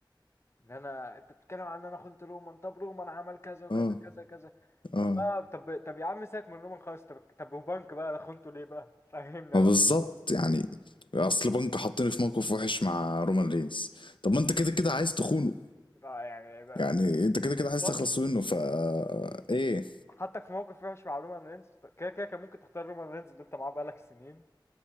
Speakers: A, on the left; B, on the left.
A: ان انا انت بتتكلم عن ان انا خنت رومان طب رومان عمل كذا وكذا
B: آه
A: كذا كذا
B: آه
A: طب بقى طب طب يا عم سيبك من رومان خالص طب طب وبنك بقى انا خنته ليه بقى <laughs> فهمني
B: ما
A: انا
B: بالظبط يعني أصل بنك حطني في موقف وحش مع رومان رينز طب ما أنت كده كده عايز تخونه
A: آه يعني بقى-
B: يعني
A: <laughs>
B: أنت كده كده
A: بالظبط
B: عايز تخلص منه فا إيه
A: حطك في موقف وحش مع رومان رينز طب كده كده كان ممكن تختار رومان رينز اللي انت معاه بقالك سنين